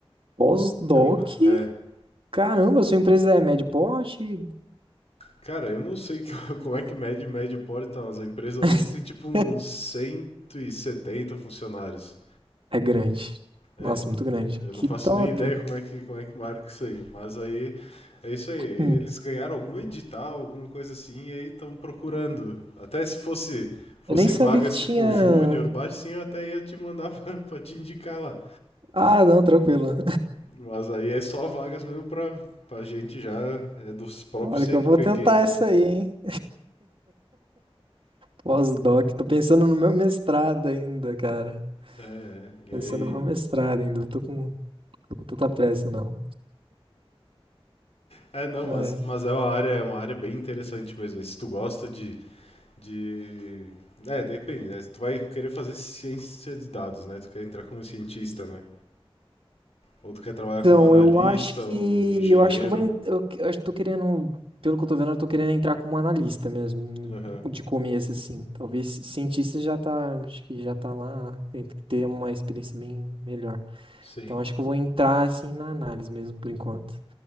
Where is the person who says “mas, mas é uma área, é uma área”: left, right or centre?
Left